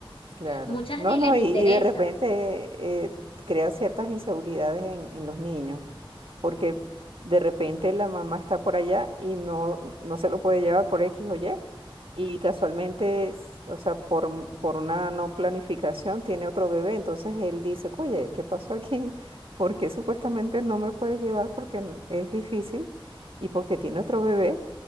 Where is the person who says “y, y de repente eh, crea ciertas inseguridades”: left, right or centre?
Right